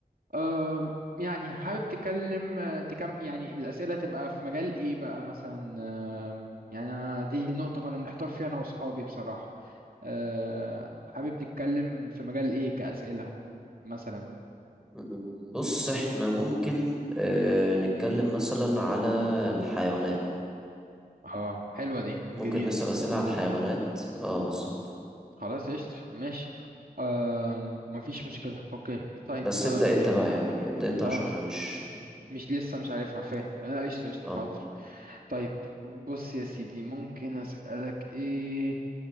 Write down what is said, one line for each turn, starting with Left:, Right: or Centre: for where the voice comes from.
Right: أم، يعني حابب تتكلم تكم يعني الأسئلة تبقى في مجال إيه بقى مثلا أم، يعني أنا دي النقطة كنا بنحتار فيها أنا وأصحابي بصراحة أه، حابب نتكلم في مجال إيه كأسئلة مثلا
Centre: م- م. بص احنا ممكن اه نتكلم مثلا على الحيوانات
Right: اه حلوة دي جديد
Centre: ممكن نسأل أسئلة على الحيوانات اه بالظبط
Right: خلاص قشطة ماشي أم، مفيش مشكلة أوكي طيب
Centre: بس
Right: أه
Centre: ابدأ انت بقى يعني ابدأ انت عشان
Right: آه،
Centre: انا مش
Right: مش لسه مش عارفها فاهم لا قشطة قشطة
Centre: اه
Right: حاضر طيب بص يا سيدي ممكن أسألك إيه